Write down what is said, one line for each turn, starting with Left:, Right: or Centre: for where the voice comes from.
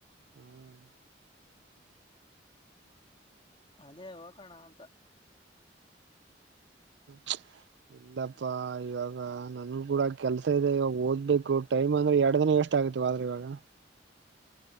Right: ಹ್ಮ್.
Left: ಅದೇ ಹೋಗೋಣ ಅಂತ.
Right: ಚ್ ಇಲ್ಲಪ್ಪ ಇವಾಗ. ನನ್ಗೂ ಕೂಡ ಕೆಲಸ ಇದೆ ಇವಾಗ ಓದ್ಬೇಕು ಟೈಮ್ ಅಂದ್ರೆ ಎರಡ ದಿನ ಎಷ್ಟಟ್ ಆಗತಿವ ಆದ್ರೆ ಇವಾಗ-.